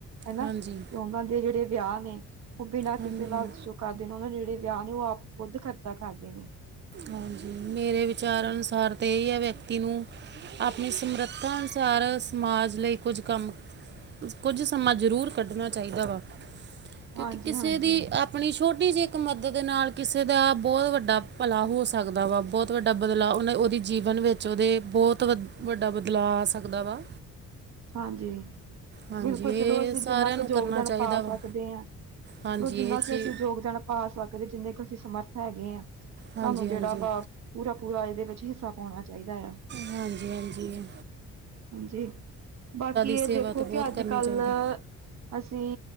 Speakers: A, on the right; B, on the right.
A: ਹਨਾ,
B: ਹਾਂਜੀ
A: ਤੇ ਉਹਨਾਂ ਦੇ ਜਿਹੜੇ ਵਿਆਹ ਨੇ, ਉਹ ਬਿਨਾਂ
B: ਹਾਂਜੀ
A: ਕਿਸੇ ਨਾਲ ਕਰਦੇ ਨੇ, ਉਹਨਾਂ ਦੇ ਜਿਹੜੇ ਵਿਆਹ ਨੇ ਉਹ ਆਪ ਖੁਦ ਖਰਚਾ ਕਰਦੇ ਨੇ।
B: ਹਾਂਜੀ, ਮੇਰੇ ਵਿਚਾਰ ਅਨੁਸਾਰ ਤੇ ਇਹੀ ਹੈ ਵਿਅਕਤੀ ਨੂੰ ਆਪਣੀ ਸਮਰੱਥਾ ਅਨੁਸਾਰ, ਸਮਾਜ ਲਈ ਕੁਝ ਕੰਮ ਕੁਝ ਸਮਾਂ ਜ਼ਰੂਰ ਕੱਢਣਾ ਚਾਹੀਦਾ ਵਾ ਕਿਉਂਕਿ
A: ਹਾਂਜੀ-ਹਾਂਜੀ,
B: ਕਿਸੇ ਦੀ ਆਪਣੀ ਛੋਟੀ ਜਿਹੀ ਇੱਕ ਮਦਦ ਦੇ ਨਾਲ ਕਿਸੇ ਦਾ ਬਹੁਤ ਵੱਡਾ ਭਲਾ ਹੋ ਸਕਦਾ ਵਾ, ਬਹੁਤ ਵੱਡਾ ਬਦਲਾਅ, ਉਹਨੇ ਉਹਦੀ ਜੀਵਨ ਵਿੱਚ ਉਹਦੇ ਬਹੁਤ ਵ ਵੱਡਾ ਬਦਲਾਅ ਆ ਸਕਦਾ ਵਾ।
A: ਹਾਂਜੀ
B: ਹਾਂਜੀ
A: ਬਿਲਕੁਲ ਚਲੋ
B: ਇਹ
A: ਅਸੀਂ
B: ਸਾਰਿਆਂ
A: ਜਿੰਨਾ ਕ
B: ਨੂੰ
A: ਯੋਗਦਾਨ
B: ਕਰਨਾ ਚਾਹੀਦਾ
A: ਪਾ
B: ਵਾ
A: ਸਕਦੇ ਆ।
B: ਹਾਂਜੀ
A: ਜਿੰਨਾ
B: ਇਹ
A: ਕਿ
B: ਚੀ
A: ਅਸੀਂ ਯੋਗਦਾਨ ਪਾ ਸਕਦੇ, ਜਿੰਨਾ ਕਿ ਅਸੀਂ ਸਮਰਥ ਹੈਗੇ ਹਾਂ।
B: ਹਾਂਜੀ
A: ਸਾਨੂੰ ਜਿਹੜਾ
B: ਹਾਂਜੀ
A: ਵਾ ਪੂਰਾ, ਪੂਰਾ ਇਹਦੇ ਵਿੱਚ ਹਿੱਸਾ ਪਾਉਣਾ ਚਾਹੀਦਾ ਆ।
B: ਹਾਂਜੀ, ਹਾਂਜੀ ਏ।
A: ਜੀ। ਬਾਕੀ
B: ਸੇਵਾ
A: ਇਹ ਦੇਖੋ
B: ਤਾਂ ਬਹੁਤ
A: ਕਿ ਅੱਜ
B: ਕਰਨੀ
A: ਕੱਲ
B: ਚਾਹੀਦੀ
A: ਅਸੀਂ